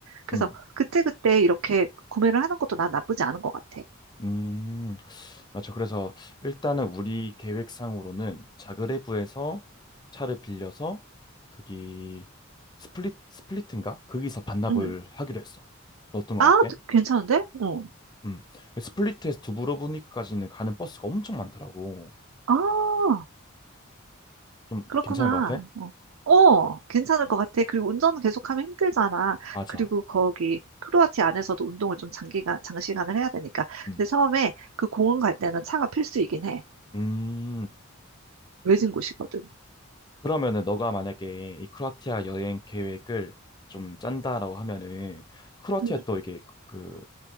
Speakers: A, on the right; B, on the left.
A: 그래서
B: 음.
A: 그때그때 이렇게 구매를 하는 것도 난 나쁘지 않은 것 같아.
B: 음, 맞죠. 그래서 일단은 우리 계획상으로는 자그레브에서 차를 빌려서 거기 스플릿, 스플릿인가? 거기서 반납을
A: 음.
B: 하기로 했어. 어떤
A: 아,
B: 것 같아?
A: 괜찮은데? 어.
B: 음. 그 스플릿에서 두브로브니크까지는 가는 버스가 엄청 많더라고.
A: 아.
B: 좀
A: 그렇구나.
B: 괜찮은 것 같아?
A: 어, 어, 괜찮을 것 같아. 그리고 운전 계속하면 힘들잖아.
B: 맞아.
A: 그리고 거기 크로아티아 안에서도 운동을 좀 장기간, 장시간을 해야 되니까.
B: 음.
A: 근데 처음에 그 공원 갈 때는 차가 필수이긴 해.
B: 음.
A: 외진 곳이거든.
B: 그러면은 너가 만약에 이 크로아티아 여행 계획을 좀 짠다라고 하면은 크로아티아
A: 음,
B: 또 이게 그